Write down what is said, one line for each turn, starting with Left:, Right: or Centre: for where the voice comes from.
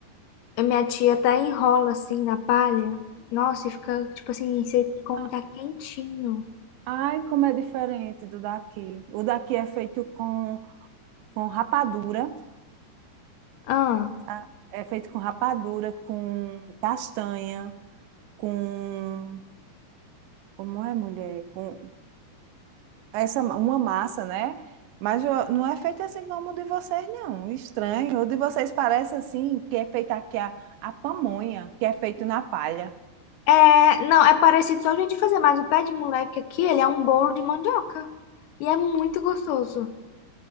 Left: A minha tia até enrola assim na palha. Nossa, e fica tipo assim, você come
Right: Ah,
Left: tá quentinho.
Right: Ai, como é diferente do daqui. O daqui é feito com, com rapadura,
Left: Ah.
Right: tá? É feito com rapadura, com castanha, com... Como é, mulher? Com essa, uma massa, né? Mas eu- não é feito assim como o de vocês, não. Estranho. O de vocês parece assim, que é feito aqui a, a pamonha, que é feito na palha.
Left: É, não, é parecido só o jeito de fazer, mas o pé de moleque aqui, ele é um bolo de mandioca. E é muito gostoso.